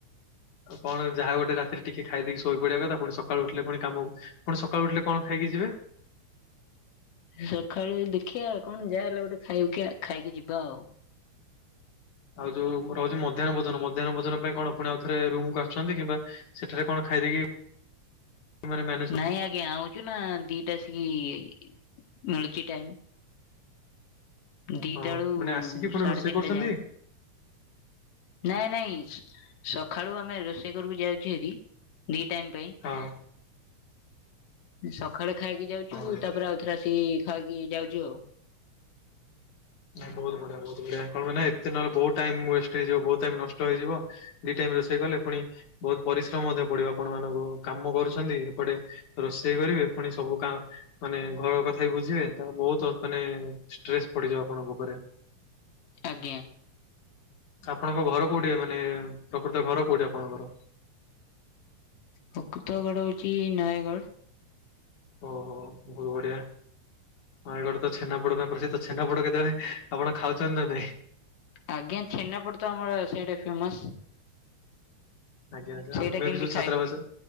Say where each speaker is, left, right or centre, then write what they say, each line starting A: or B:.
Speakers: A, on the left; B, on the left.
A: କଣ ଯାହା ଗୋଟେ ରାତିରେ ଟିକେ ଖାଇଦେଇକି ଶୋଇ ପଡବା କଥା, ପୁଣି ସକାଳୁ ଉଠିଲେ ପୁଣି କାମ। ପୁଣି ସକାଳ ଉଠିଲ କଣ ଖାଇକି ଯିବେ?
B: ସକାଳୁ ଦେଖିବା କଣ ଯାହାହେଲେ ଗୋଟେ ଖାଇକା ଖାଇକି ଯିବା ଆଉ
A: ଆଉ ଯୋଉ ରହୁଛି ମ ଧ୍ୟାହ୍ନ ଭୋଜନ ମଧ୍ୟାହ୍ନ ଭୋଜନ ପାଇଁ କଣ ପୁଣି ଆଉଥରେ ରୁମକୁ ଆସୁଛନ୍ତି କିମ୍ବା ସେଠାରେ କଣ ଖାଇଦେଇକି ମାନେ ମ୍ୟାନେ
B: ନାଇଁ ଆଜ୍ଞା ଆଉଛୁ ନା ଦିଟା ଆସିକି ମିଳୁଛି ଟାଇମ। ଦିଟା
A: ହଁ
B: ବେଳୁ
A: ମାନେ ଆସିକି ପୁଣି
B: ସାଢେ
A: ରୋଷେଇ
B: ତିନିଟା
A: କରୁଛନ୍ତି
B: ଯାଏଁ। ନାଇଁ ନାଇଁ ସକାଳୁ ଆମେ ରୋଷେଇ କାରକୁ ଯାଉଛୁ ଭାରି। ଦିଇ ଟାଇମ୍ ପାଇଁ।
A: ହଁ
B: ସକାଳେ ଖାଇକି ଯାଉଛୁ
A: ହଁ ଭାଇ
B: ତାପରେ, ଆଉଥରେ ଆସିକି ଖାଇକି ଯାଉଛୁ ଆଉ।
A: ବହୁତ ବଢିଆ, ବହୁତ ବଢିଆ କଣ ମାନେ ଏତେ ନହଲେ ବହୁତ ଟାଇମ ୱେଷ୍ଟ ହେଇଯିବ,, ବହୁତ ଟାଇମ ନଷ୍ଟ ହେଇଯିବ। ଦି ଟାଇମ ରୋଷେଇ କଲେ ପୁଣି ବହୁତ ପରିଶ୍ରମ ମଧ୍ୟ ପଡିବ ଆପଣ ମାନଙ୍କୁ କାମ କରୁଛନ୍ତି ଏପଟେ ରୋଷେଇ କରିବେ ପୁଣି ସବୁ କା ମାନେ ଘର କଥା ବି ବୁଝିବେ ତା ବହୁତ ମାନେ ଷ୍ଟ୍ରେସ୍ ପଡିଯିବ ଆପ ଆପଣଙ୍କ ଉପରେ।
B: ଆଜ୍ଞା
A: ଆପଣଙ୍କ ଘର କୋଉଠି, ମାନେ ପ୍ରକୃତ ଘର କୋଉଠି ଆପଣଙ୍କର?
B: ପ୍ରକୃତଗଡ଼ ହଉଛି ନୟାଗଡ଼।
A: ଓହୋ ବହୁତ ବଢିଆ। ନୟାଗଡ ତ ଛେନାପୋଡ ପାଇଁ ପ୍ରସିଦ୍ଧ, ଛେନାପୋଡ କେତେବେଳେ ଆପଣ ଖାଉଛନ୍ତି ନା ନାଇଁ,?
B: ଆଜ୍ଞା ଛେନାପଡ଼ ତ ଆମର ସେଇଟା ଫେମସ।
A: ଆଜ୍ଞା
B: ସେଇଟା
A: ଆମେ
B: କେମିତି
A: ବି ଯୋଉ ଛ୍ରାବାସ
B: ଖାଇବୁନି